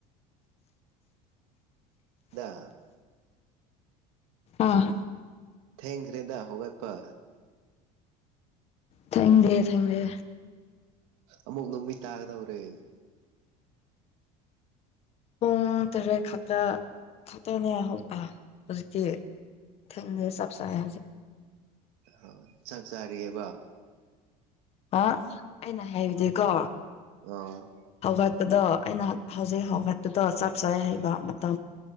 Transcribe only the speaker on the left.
ꯑꯥ
ꯊꯦꯡꯗꯦ ꯊꯦꯡꯗꯦ
ꯎꯝꯔꯦ ꯈ ꯈꯇꯅꯦ ꯍ ꯑ ꯍꯧꯖꯤꯛꯇ ꯊꯦꯡꯗ ꯆꯞ ꯁꯥꯏꯁꯦ
ꯑ ꯑꯩꯅ ꯍꯥꯏꯕꯗꯤꯀꯣ
ꯍꯧꯒꯠꯄꯗꯣ ꯑꯩꯅ ꯍꯧꯖꯤꯛ ꯍꯧꯒꯠꯄꯗꯣ ꯆ <unintelligible>